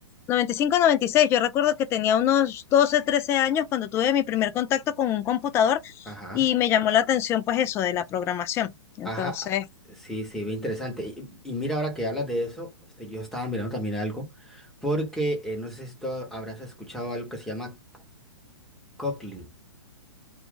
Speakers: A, on the left; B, in the centre.
A: noventa y y cinco noventa y cinco noventa y seis yo recuerdo que tenía unos 12 13 años cuando tuve mi primer contacto con un computador
B: ajá,
A: y me llamó la atención pues eso de la programación. Entonces,
B: ajá, sí, sí, bien interesante. Y, y mira, ahora que hablas de eso, este, yo estaba mirando también algo, porque eh, no sé si tú habrás escuchado algo que se llama Cockling.